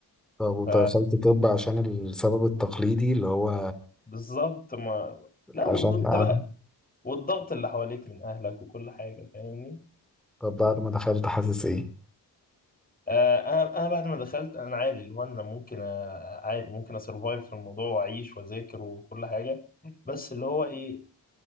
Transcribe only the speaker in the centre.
طب ودخلت
طب عشان السبب التقليدي اللي هو
عشان
أعرف.
طب بعد ما دخلت حاسس ايه